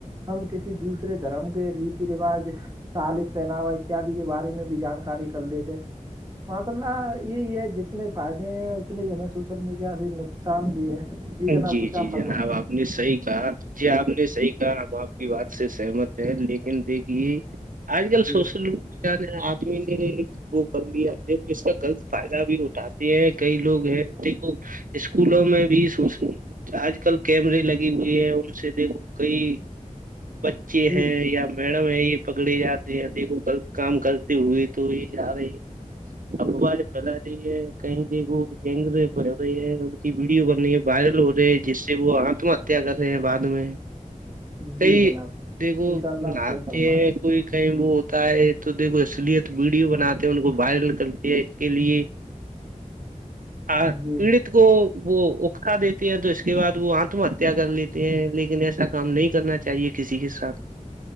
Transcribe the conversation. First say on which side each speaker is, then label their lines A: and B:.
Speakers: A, on the right (about 25°); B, on the right (about 80°).
A: ہم کسی دوسرے دھرم کے ریتی رواج سالب پہناوا اتیادی کے بارے میں بھی جانکاری کر لیتے ماشا اللہ یہی ہے جتنے فائدے ہیں اتنے ہی ہمیں سوشل میڈیا سے نقصان بھی ہے جناب
B: جی
A: کچھ آپ
B: جی
A: فرمائیں
B: جناب آپ آ نے صحیح کہا جی آپ نے صحیح کہا ہم آپ کی بات سے سہمت ہے لیکن دیکھیے آج کل
A: جی
B: سوشل میڈیا نے آدمی نے وہ کر لیا اس کا غلط فائدہ بھی اٹھاتے ہیں کئی لوگ ہیں د اسکولوں میں بھی س آج کل کیمرے لگے ہوئے ہے ان سے دیکھو کئی بچے
A: جی
B: ہیں یا میڈم یہ یہ پکڑی جاتی ہے د غلط کام کرتی ہوئی تو یہ آ رہی افباج پھیلا رہی ہے کہیں د وہ گینگ بھر رہی ہے ان کی ویڈیو بن رہی ہے وائرل ہو رہے ہے جس سے وہ آتم ہتیا کر رہے ہیں بعد میں
A: جی
B: کئی
A: جناب
B: دیکھو
A: انشاء اللہ آپ
B: ناتے
A: صحیح فرما
B: ہیں
A: رہے
B: کوئی کہیں وہ ہوتا ہے تو دیکھو اصلیت ویڈیو بناتے ان کو وائرل کرتی ہے اس کے لیے
A: <inaudible>
B: ہاں
A: ہیں۔ جی
B: پیڑت کو وہ کھا دیتے ہیں تو اس کے بعد وہ آتم ہتیا کر لیتے ہیں لیکن ایسا کام نہیں کرنا چاہیے کسی کے ساتھ